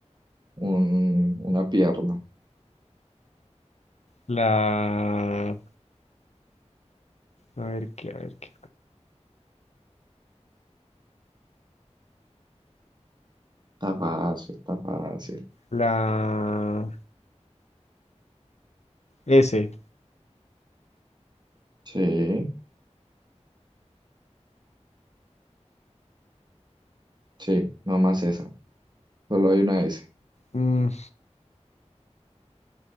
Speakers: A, on the right; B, on the left.
A: Un, una pierna.
B: <laughs> La... A ver qué, a ver qué.
A: Está fácil, está fácil.
B: La S.
A: Sí, sí, nomás esa. Solo hay una S.
B: Mm,